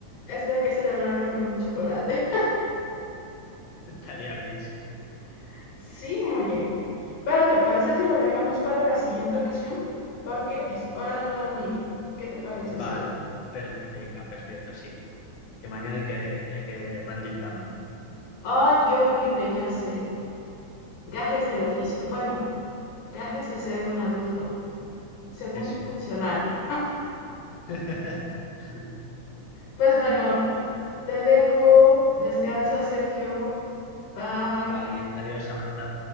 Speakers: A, on the left; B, on the left.
A: Esto hay que celebrarlo con un chocolate.
B: <laughs> Estaría bien, sí.
A: <laughs> Sí, oye. Pero ¿te parece si lo dejamos para la siguiente ocasión? Porque es hora de dormir. ¿Qué te parece,
B: Vale.
A: Sergio?
B: Per- venga, perfecto, sí. Que mañana hay que, hay que rendir también.
A: Ay, qué horrible, ya sé. Gajes del oficio. Bueno, gajes de ser un adulto. Según
B: Eso.
A: funcional. <laughs>
B: <laughs>
A: pues bueno, te dejo. Descansa, Sergio. Bye.
B: Vale, adiós, Samantha.